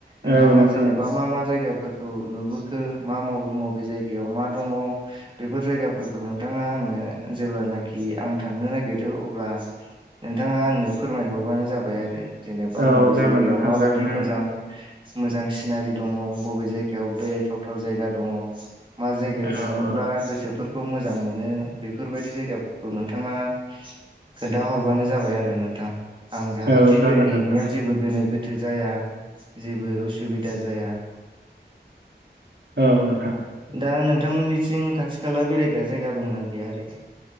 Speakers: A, on the right; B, on the right.
A: नोंथाङा
B: औ नोंथां
A: जेनेबा
B: औ
A: मा मा जायगाफोरखौ नुबोखो मा मबे मबे जायगायाव मा दङ बेफोर जायगाफोरखौ नोंथाङा आंनो जेब्लानाखि आं थांनो नागिरो अब्ला नोंथाङा आंनो फोरमायहरबानो जाबाय आरो जेनेबा
B: औ
A: मबे
B: जागोन
A: जायगायाव
B: नोंथां
A: माबायदि
B: जागोन
A: मोजां
B: औ
A: मोजां सिनारि दङ बबे जायगायाव बेरायथावथाव जायगा दङ मा जायगायाव
B: औ
A: थाङोब्ला
B: औ
A: गोसोफोर खौ मोजां मोनो बेफोरबायदि जायगाफोरखौ नोंथाङा खोन्थाहरबानो जाबाय आरो नोंथां आं जाहाथे
B: औ जागोन
A: बेरायहैनायाव
B: नोंथां
A: जेबो गोनो गोथो जाया जेबो उसुबिदा जाया
B: औ <unintelligible>
A: दा नोंथांमोननिथिं खाथि खाला बेरायग्रा जायगा दंना गैया ओरैनो